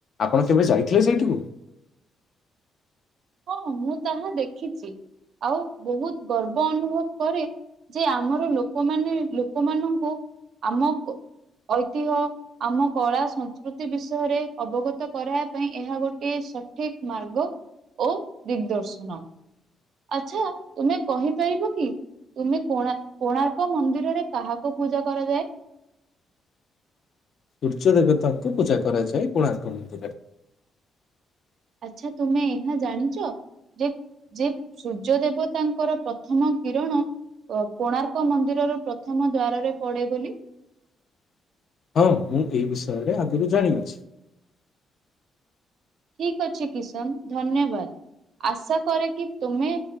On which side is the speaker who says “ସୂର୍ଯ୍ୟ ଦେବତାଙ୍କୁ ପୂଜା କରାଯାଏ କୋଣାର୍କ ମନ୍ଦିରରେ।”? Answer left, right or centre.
Left